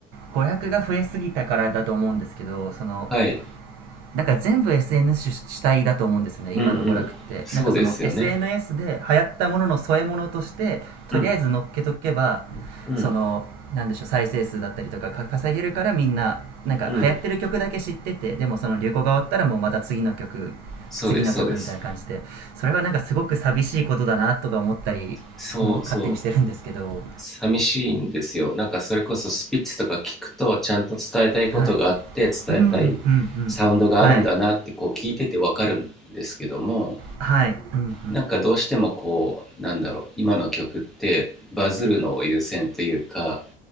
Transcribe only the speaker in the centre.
はい
うんうん。
そうですよね
うん。うん
うん。
そうですそうです
そうそう
寂しいんですよなんかそれこそスピッツとか聞くとちゃんと伝えたいことがあって伝えたい
サウンドがあるんだなってこう聞いてて分かるんですけども
なんかどうしてもこう、なんだろう、今の曲ってバズるのを優先というか、